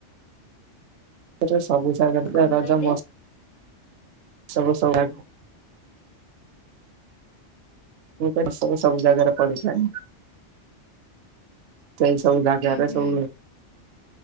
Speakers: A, on the right; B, on the left.
A: ସେ ସବୁ ଜାଗର
B: କଣ
A: ରଜବୁ
B: କହିଲେ
A: ସବୁ <unintelligible> ମୁ ତ ସବୁ ସବୁ ଜାଗାରେ ପଡିଛାଣି <unintelligible> ସେଇ ସବୁ ଯାଗାଗରେ
B: ହୁଁ ହୁଁ
A: ସବୁ ନହି